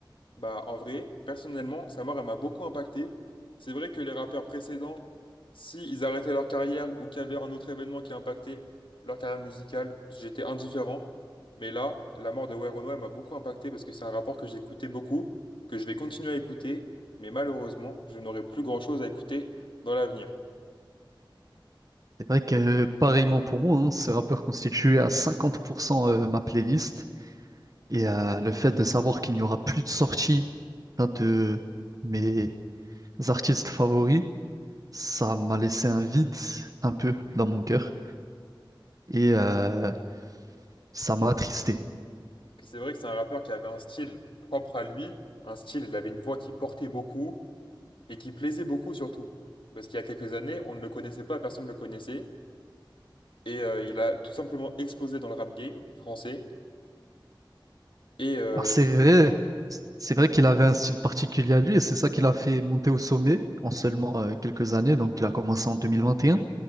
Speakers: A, on the left; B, on the right.
A: Bah en vrai, personnellement, sa mort elle m'a beaucoup impacté. C'est vrai que les rappeurs précédents, si ils arrêtaient leur carrière ou qu'il y avait un autre événement qui impactait leur carrière musicale, j'étais indifférent. Mais là, la mort de Werenoi elle m'a beaucoup impacté parce que c'est un rappeur que j'écoutais beaucoup, que je vais continuer à écouter, mais malheureusement, je n'aurai plus grand-chose à écouter dans l'avenir.
B: C'est vrai que euh, pareillement pour moi, hein, ce rappeur constituait à 50% euh, ma playlist et euh, le fait de savoir qu'il n'y aura plus de sortie d'un de mes artistes favoris, ça m'a laissé un vide un peu dans mon cœur et euh, ça m'a attristé.
A: que c'est vrai que c'est un rappeur qui avait un style propre à lui, un style, il avait une voix qui portait beaucoup et qui plaisait beaucoup surtout. Parce qu'il y a quelques années, on ne le connaissait pas, personne ne le connaissait. Et euh, il a tout simplement explosé dans le rap game français. Et, euh,
B: Alors c'est vrai, c'est vrai qu'il avait un style particulier à lui et c'est ça qui l'a fait monter au sommet en seulement euh, quelques années. Donc il a commencé en 2021